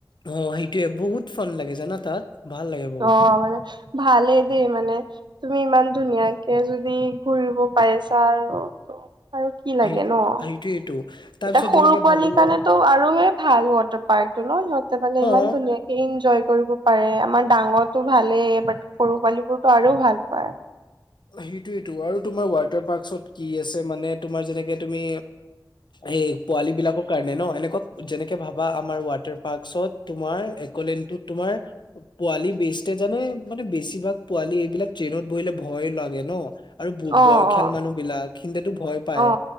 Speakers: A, on the left; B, on the right.
A: অ' সেইটোয়ে বহুত ফান লাগে, জানা তাত? ভাল লাগে বহুত
B: অ' মানে ভালেই দে মানে তুমি ইমান ধুনীয়াকে যদি ঘূৰিব পাইছা আৰু তো আৰু কি লাগে
A: সেই
B: ন'?
A: সেইটোয়েইটো তাৰপিছত
B: এতিয়া সৰু
A: যেনেকে
B: পোৱালি
A: ভাবি
B: কাৰণেতো
A: লোৱা
B: আৰু হে ভাল ৱাটাৰ পাৰ্কতটো ন'? সিহঁতে মানে ইমান
A: অ
B: ধুনীয়াকে ইনজয় কৰি ব পাৰে। আমাৰ ডাঙৰটো ভালেই, বাট সৰু পোৱালিবোৰতো আৰু ভাল পায়।
A: সেইটোৱেটো। আৰু তোমাৰ ৱাটাৰ পাৰ্কচত কি আছে, মানে তোমাৰ যেনেকে তুমি এই পোৱালীবিলাকৰ কাৰণে ন', এনে কুৱা যেনেকে ভাবা আমাৰ ৱাটাৰ পাৰ্কচত তোমাৰ একলেনতোত তোমাৰ পোৱালি বে ষ্টজনে মানে বেছিভাগ পোৱালি এইবিলাক ট্ৰেইনত বহিলে ভয় লাগ ন', আৰু ব-
B: অ
A: বয়সীয়াল
B: অ
A: মানুহবিলাক, সিন্তেতো ভয় পায়।
B: অ